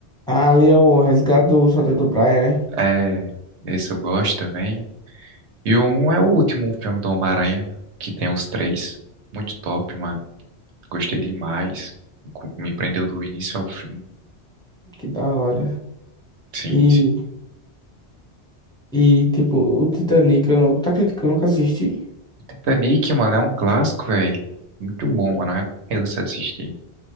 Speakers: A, in the centre; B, on the right (about 80°).
A: ali é o resgate do Soldado do Brian, né?
B: É, esse eu gosto também. E um é o último filme do Homem-Aranha, que tem os três. Muito top, mano. Gostei demais. Co- Me prendeu do início ao fim.
A: Que da hora.
B: Sim,
A: e
B: sim.
A: E, tipo, o Titanic, eu, tá acreditando que eu nunca assisti?
B: Titanic, mano, é um clássico, velho. Muito bom, mano. Eu recomendo você assistir.